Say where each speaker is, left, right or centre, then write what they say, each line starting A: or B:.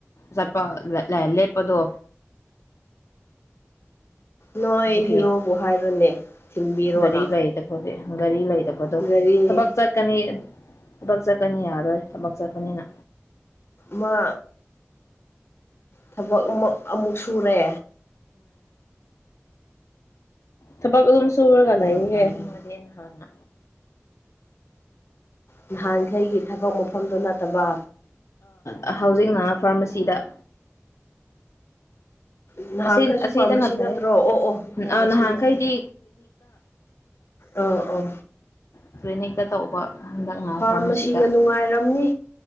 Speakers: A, on the left; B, on the left.
A: ꯆꯠꯄ ꯂꯦꯞꯄꯗꯣ
B: ꯅꯣꯏ
A: ꯑꯗꯨꯒꯤ
B: ꯍꯤꯔꯣꯕꯨ ꯍꯥꯏꯔꯣꯅꯦ ꯊꯤꯟꯕꯤꯔꯣꯅ
A: ꯒꯥꯔꯤ ꯂꯩꯇꯕꯒꯤ ꯒꯥꯔꯤ ꯂꯩꯗꯕꯗꯣ
B: ꯒꯥꯔꯤ
A: ꯊꯕꯛ ꯆꯠꯀꯅꯤ ꯊꯕꯛ ꯆꯠꯀꯅꯤ ꯌꯥꯔꯣꯏ ꯊꯕꯛ ꯆꯠꯄꯅꯤꯅ
B: ꯃꯥ ꯊꯕꯛ ꯑꯃꯨꯛ ꯁꯨꯔꯦ
A: ꯒ ꯊꯝꯁꯨ ꯑꯣꯏꯒꯂꯏ
B: ꯌꯥꯝ
A: ꯍꯦ
B: ꯐꯔꯦꯅꯦ
A: ꯃꯥꯅ ꯍꯥꯥꯟꯅ
B: ꯅꯍꯥꯟꯈꯩꯒꯤ ꯊꯕꯛ ꯃꯐꯝꯗꯨ ꯅꯠꯇꯕ
A: ꯑ ꯍꯧꯖꯤꯛꯅ ꯐꯥꯔꯃꯥꯁꯤꯗ
B: ꯎ ꯅꯍꯥꯟꯈꯩꯁꯨ
A: ꯑꯁꯤ ꯑꯁꯤꯗꯅ
B: ꯐꯥꯔꯃꯥꯁꯤ
A: ꯐꯩ
B: ꯅꯠꯇ꯭ꯔꯣ ꯑꯣ ꯑꯣ ꯐꯥꯔꯃꯥꯁꯤ
A: ꯑꯥ ꯅꯍꯥꯟꯈꯩꯗꯤ
B: ꯅꯠꯇꯦ ꯑ ꯑꯣ
A: ꯎ ꯀ꯭ꯂꯤꯅꯤꯛꯇ ꯇꯧꯕ ꯍꯟꯗꯛꯅ
B: ꯐꯥꯔꯃꯥꯁꯤꯅ
A: ꯐꯥꯔꯃꯥꯁꯤꯗ
B: ꯅꯨꯡꯉꯥꯏꯔꯝꯅꯤ